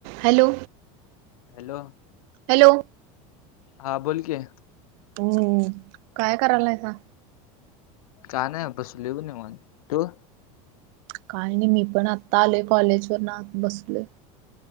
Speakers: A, on the right; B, on the left.
A: Hello
B: hello
A: hello
B: हा बोल की
A: हम्म काय करायलासा?
B: का नाही बसलोय बघ निवांत तू?
A: काय नाही मी पण आता आलोय कॉलेज वरन आत बसलोय.